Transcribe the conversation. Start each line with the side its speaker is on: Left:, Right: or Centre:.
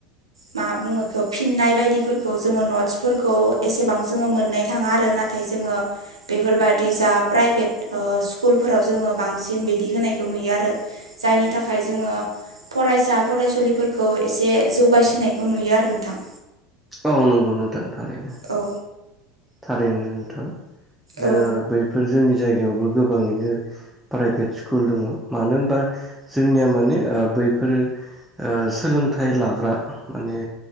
Right: मा बुङो फिननाय बायदिफोरखौ जोङो नट्सफोरखौ एसेबां जोङो मोननाय थाङा आरो नाथाय जोङो बेफोरबादि जा प्राइभेट ओ स्कुलफोराव जोङो बांसिन बिदि होनायखौ नुयो आरो जायनि थाखाय जोंओ फरायसा फरायसुलिफोरखौ एसे जौगासिननायखौ नुयो आरो नोंथां
Centre: ओ नोंगौ नोंथां थारैनो
Right: औ
Centre: थारैनो नोंथां जों
Right: औ
Centre: बैफोर जोंनि जायगायावबो गोबाङैनो प्राइभेट स्कुल दङ मानो होनबा जोंनिया माने बैफोरो ओ सोलोंथाइ लाग्रा माने